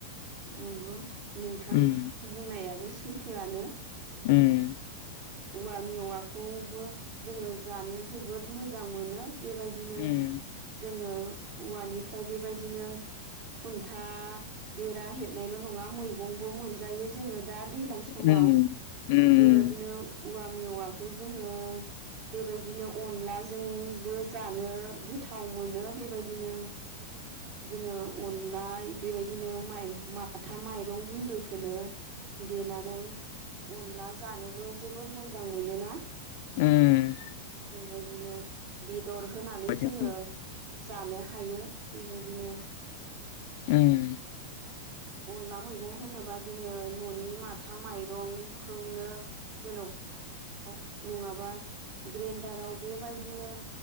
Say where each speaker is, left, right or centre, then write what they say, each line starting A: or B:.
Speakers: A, on the right; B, on the left.
A: नंगौ नोंथां
B: उम
A: बुंनायाबो सो सैथोआनो
B: उम
A: औवा मेवाखौबो जोङो जानो जोबोद मोजां मोनो बेबायदिनो
B: उम
A: जोङो औवानिफ्राय बेबायदिनो खुन्था बेरा हेबनायल' नङा मैगंबो मोनजायो जोङो दा दैलां समाव
B: उम उम
A: बेबायदिनो औवा मेवाखौ जोङो बेबायदिनो अनलाजोंबो जानो गोथाव मोनो बेबायदिनो । जोङो अनलाय बेबायद दिनो माइ माथा माइरं गुन्दैखोनो देनानै अनला जानोबो जोबोर मोजां मोनोना
B: उम
A: बेबायदिनो । बिद दर होनानै
B: उम
A: जोङो जानो हायो बेबायदिनो ।
B: उम
A: अनला मैगं होनोबा जोङो न'नि माथा माइरंखौनो जेनब नङाबा ग्रेन्द्रराव बेबायदिनो